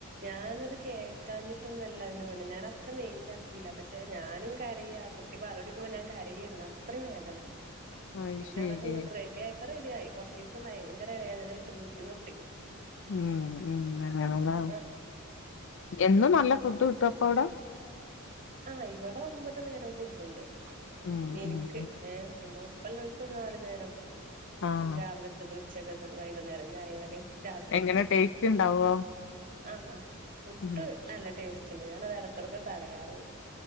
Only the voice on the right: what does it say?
ഞാനത് കേൾക്കാഞ്ഞിട്ടൊന്നല്ല അതിന് മുന്നേ ഞാൻ അത്ര മെയിന്റ് ആക്കീല പക്ഷെ ഞാനും കരിയ കുട്ടി പാലുടിക്കുമ്പോ ഞാൻ കരയരുന്നു അത്രയും വേദന
പിന്നെ
അതൊക്കെ ങ്ങട്ട് റെഡി ആയി ഇപ്പ റെഡിയയി കുറചീസം ഭയങ്കര വേദനായിട്ട് ബുദ്ധിമുട്ടി
ആഹ്
ആ ഇവിടെ ഒമ്പത് നേരം ഫുഡ് ണ്ട്
എനിക്ക്
ഏ പിന്നൊ ഇപ്പല്ലോല് ക്ക് ഒരു നാലു നേരം
പിന്നെ രാവിലത്തത് ഉച്ചക്കത്തത് വൈകുന്നേരം ചായ കടി രാത്രിക്കും
ആ ഫുഡ്
നല്ല ടേസ്റ്റ് ഉണ്ട് ഞാനത് ഇടക്കിടക്ക് പറയാറുണ്ട്